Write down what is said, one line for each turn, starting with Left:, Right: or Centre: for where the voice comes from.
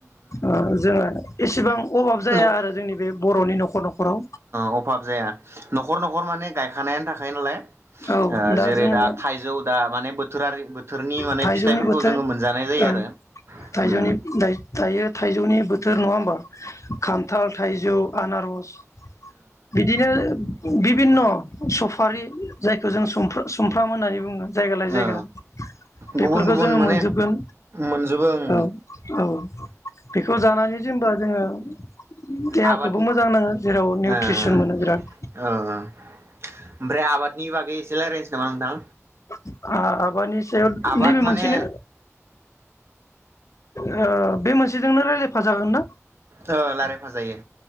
Left: ओ जोङो एसेबां अभाब जाया
Right: न'
Left: आरो जोंनि बे बरनि नखर नखराव
Right: अभाब जाया न'खर न'खर माने गायखानायानो थाखायो नालाय
Left: औ
Right: ओ जेरै
Left: जोङो
Right: दा थाइजौ दा माने बोथ बोथोरारि बोथोरनि माने
Left: थाइजौनि
Right: फिथाइफोरखौ
Left: बोथोर
Right: जोङो मोनजानाय जायो
Left: ओं
Right: आरो
Left: थाइजौनि
Right: उम
Left: दायो थाइजौनि बोथोर नङा होमबा खान्थाल, थाइजौ आनारस बिदिनो बिभिन्न सफारि जायखौ जों सुम सुमफ्राम होननानै बुङो जायगा लायै
Right: औ
Left: जायगा बेफोरखौ
Right: गुबुन गुबुन
Left: जोङो
Right: माने
Left: मोनजोबगोन
Right: मोनजोबो ओं
Left: औ औ बेखौ जानानै जेनबा जोङो <unintelligible> देहाखौबो
Right: आबाद <unintelligible>
Left: मोजां नाङो जेराव निउट्रिसन
Right: ओ ओ
Left: मोनो बिराद
Right: ओमफ्राय आबादनि बागै एसे रायलायनोसै नामा आं ना
Left: ओ आबादनि सायाव
Right: आबाद
Left: नैबे
Right: माने
Left: मोनसेनो ओ बे मोनसेजोंनो रायलाय फाजागोन ना?
Right: औ रायलायफा जायो।